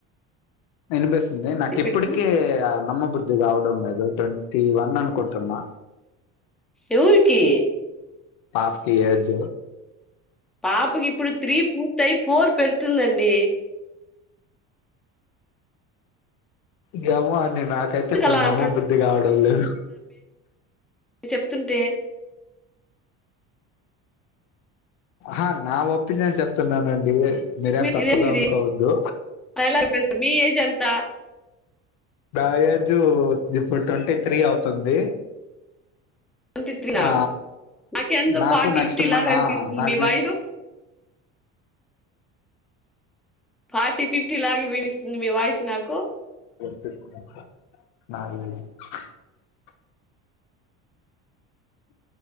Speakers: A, on the left; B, in the centre.
A: ఇన్పిస్ట్ ఇంది నాకు
B: ఇప్పటికి?
A: ఇప్పటికీ ఆ నమ్మ బుద్ధి కావడం లేదు ట్వంటీ వన్ అనుకుంటున్నా
B: ఎవరికి
A: పాప కి ఏజ
B: పాపకి ఇప్పుడు త్రీ పూర్తయి ఫోర్ పెడుతు దత్తాండ్
A: జమనే నాకైతే
B: ఎందుకలా
A: ఇప్పుడు నమ్మబుద్ధి
B: అంటున్
A: కావడం లేదు
B: మీ చెప్తుంటే
A: ఆ నా ఒపీనియన్ చెప్తున్నానండి మీరేం తప్పుగా
B: ఇదే ఇది
A: అనుకోవద్దు
B: అలాస్త మీ ఏజ్ అంత త
A: న ఏజ్ ఇప్పుడు ట్వంటీ త్రీ అవుతుంది
B: ట్వంటీ త్రీ నా
A: ఆ
B: నాకెందుకు
A: నాకు
B: ఫార్టీ
A: నెక్స్ట్
B: ఫిఫ్టీ
A: మన్
B: లాగా అనిపిస్తుంది
A: నాకు
B: మీ
A: నెక్స్ట్
B: వాయిస్ ఫార్టీ ఫిఫ్టీ లాగే వినిపిస్ మ్మ్ మీ వాయిస్ నాకు
A: <inaudible>